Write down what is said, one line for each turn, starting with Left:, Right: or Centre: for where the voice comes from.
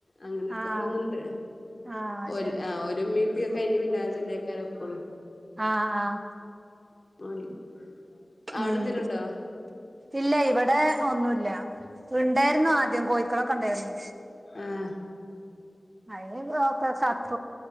Left: അങ്ങനേക്കോരോന്ന്ണ്ട്
Right: ആഹ് ആഹ്
Left: ഒരു
Right: ശരി
Left: ആഹ് ഒരുമ്മിപ്പിക്കെ അയിന്റെ പിന്നാലിൽ തന്നെക്കാെ എപ്പോളും
Right: ആഹ് ആഹ്
Left: <inaudible> അവിടെന്തേലു
Right: ഉം
Left: ഉണ്ടോ
Right: ഇല്ല ഇവിടെ ഒന്നുല്ല ഉണ്ടാരുന്നു ആദ്യം കോഴിക്കളൊക്കെ ഉണ്ടായിരുന്നു
Left: ആഹ
Right: അയക്ക സാത്ത